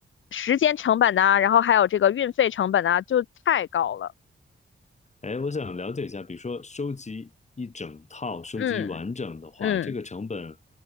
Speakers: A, on the left; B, on the left.
A: 时间成本呐、然后还有这个运费成本啊，就太高了。
B: 哎，我想了解一下，比如说收集一整套，收集完整的话，
A: 嗯嗯
B: 这个成本